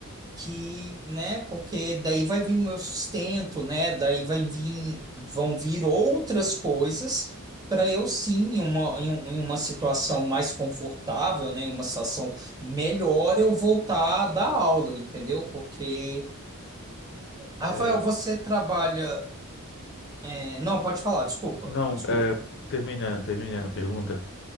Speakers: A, on the right; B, on the left.
A: que, né? Porque daí vai vir meu sustento, né? Daí vai vir, vão vir outras coisas para eu sim, em uma, em um- em uma situação mais confortável, né? Em uma situação melhor, eu voltar a dar aula, entendeu? Porque, Rafael,
B: É,
A: você trabalha. é, Não, pode falar, desculpa,
B: não,
A: desculpa.
B: é, termina, termina a pergunta.